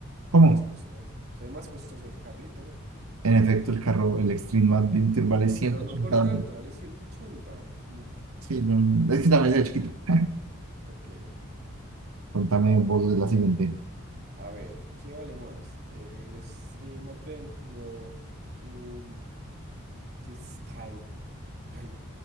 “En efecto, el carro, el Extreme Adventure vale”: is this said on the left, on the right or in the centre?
Right